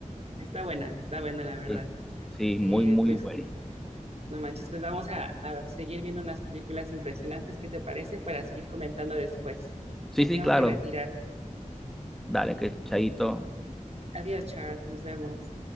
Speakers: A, on the right; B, in the centre.
A: está buena, está buena la verdad.
B: Sí, sí,
A: Eh,
B: muy, muy
A: pues
B: bueno.
A: No manches, pues vamos a, a seguir viendo unas películas impresionantes. ¿Qué te parece? Para seguir comentando después.
B: Sí,
A: Me
B: sí,
A: tengo
B: claro.
A: que retirar.
B: Dale, que chaito.
A: Adiós, Charles. Nos vemos.